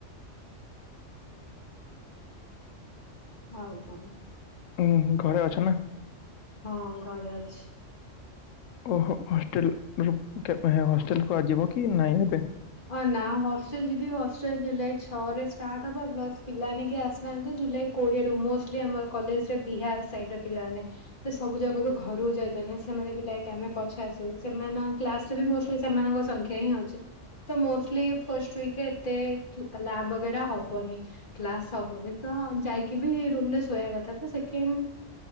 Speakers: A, on the left; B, on the left.
A: ହଉ ହ।
B: ହୁଁ ଘରେ ଅଛ ନା?
A: ହଁ ଘରେ ଅଛି।
B: ଓହୋ ହଷ୍ଟେଲର ହଷ୍ଟେଲକୁୁ ଆ ଯିବ କି ନାଇଁ ଏବେ?
A: ହ ନା ହଷ୍ଟେଲ ଯିବି ହଷ୍ଟେଲ ଜୁଲାଇ ଛଅ ରେ ଷ୍ଟାର୍ଟ ହବା ପ୍ଲସ ପିଲାମାନେ କେହି ଆସିନାହାନ୍ତି ଜୁଲାଇ କୋଡିଏ ରୁ ମୋଷ୍ଟ ଆମର କଲେଜରେ ବିହାର ସାଇଡ ର ପିଲାମାନେ ସବୁ ଜାଗାକୁ ଘରକୁ ଯାଇ ସେମାନେ ବି ଲାଗି ଆମେ ପଛ ଆସିବୁ ସେମାନେ କ୍ଲାସ ସେ ବି ମୋଷ୍ଟଲି ସେମାନଙ୍କ ସଂଖ୍ୟା ହିଁ ଅଛି। ତ ମୋଷ୍ଟଲି ଫଷ୍ଟ ୱିକରେ ଏତେ ଲାବ୍ ବଗେରା ହବନି। କ୍ଲାସ ହବନି ତ ଯାଇକି ବି ରୁମରେ ଶୋଇବା କଥା ତ ସେ କେମ୍